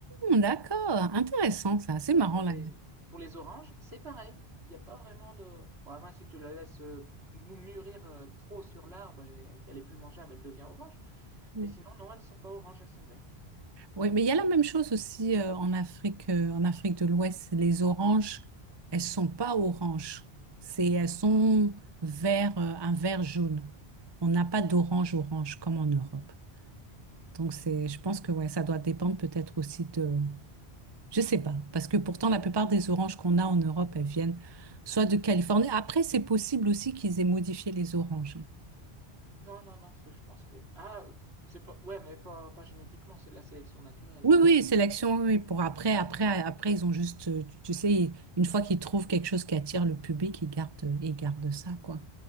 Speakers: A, on the right; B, on the right.
A: d'accord, intéressant ça, c'est
B: Et
A: marrant
B: pour les,
A: là.
B: pour les oranges, c'est pareil. Il n'y a pas vraiment de... Vraiment, si tu la laisses euh, mou- mûrir euh, trop sur l'arbre et qu'elle est plus mangeable, elle devient orange.
A: Ouais.
B: Mais sinon,
A: Oui,
B: non, elles ne sont pas oranges, elles sont vertes.
A: Ouais, mais il y a la même chose aussi euh, en Afrique, euh, en Afrique de l'Ouest. Les oranges, elles sont pas oranges, c'est elles sont vert, euh, un vert jaune. On n'a pas d'orange orange comme en Europe. Donc c'est, je pense que ouais, ça doit dépendre peut-être aussi de, je sais pas, parce que pourtant la plupart des oranges qu'on a en Europe, elles viennent soit de Californie. Après, c'est possible aussi qu'ils aient modifié les oranges.
B: Non, non, non, ça, je pense que. Ah, c'est pas. Ouais, mais pas, pas génétiquement, c'est de la sélection naturelle.
A: Oui,
B: Parce
A: oui,
B: que-
A: sélection, oui, oui, pour après, après, après, ils ont juste, euh, tu, tu sais, une fois qu'ils trouvent quelque chose qui attire le public, ils gardent, euh, ils gardent ça, quoi.